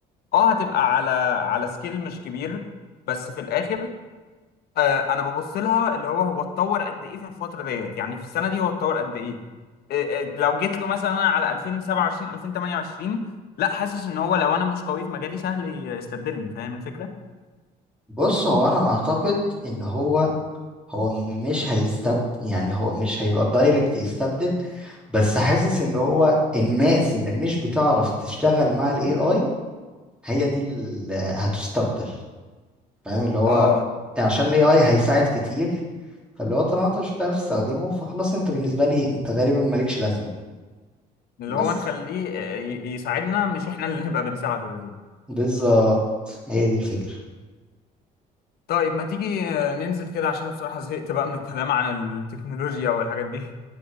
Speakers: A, on the left (about 65°); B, in the centre.
A: اه هتبقى على على سكيل مش كبير بس في الآخر آه، انا ببص لها اللي هو هو اتطور قد ايه في الفتره ديت يعني في السنه دي هو اتطور قد ايه آه، آه، لو جيت له مثلا أنا على 2027 2028 لا حاسس ان هو لو انا مش قوي في مجالي سهل يستبدلني فاهم الفكره
B: بص هو أنا أعتقد إن هو هو مش هيستبدل يعني هو مش هيبقى دايركت يستبدل بس حاسس إن هو الناس اللي مش بتعرف تشتغل مع ال AI هي دي اللي هتستبدل فاهم اللي هو
A: اه
B: يعني عشان الاي اي هيساعد كتير فاللي هو طالما انت مش بتعرف تستخدمه فخلاص انت بالنسبه لي انت غالبا مالكش لازمه
A: اللي
B: بس
A: هو نخليه آه، ي- يساعدنا مش احنا اللي نبقى بنساعده يا دوب
B: بالظبط هي دي الفكره
A: طيب ما تيجي آه، ننزل كده عشان بصراحه زهقت بقى من الكلام عن التكنولوجيا والحاجات دي